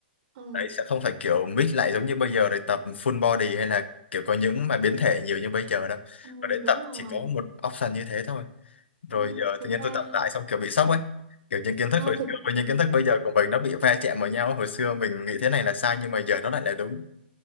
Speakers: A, on the right; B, on the left.
A: ừ.
B: đấy sẽ không phải kiểu mix lại giống như bây giờ để tập full body hay là kiểu có những mà biến thể nhiều như bây giờ đâu
A: ừ,
B: và để
A: đúng
B: tập
A: rồi
B: chỉ có một option như thế thôi rồi
A: ừ.
B: giờ
A: thực
B: tự nhiên
A: ra
B: tôi tập lại xong kiểu bị sốc ấy kiểu những kiến thức
A: Ho,
B: hồi
A: thực
B: xưa
A: ừ,
B: với những kiến thức bây giờ của mình nó bị va chạm vào nhau hồi xưa mình nghĩ thế này là sai nhưng mà giờ nó lại là đúng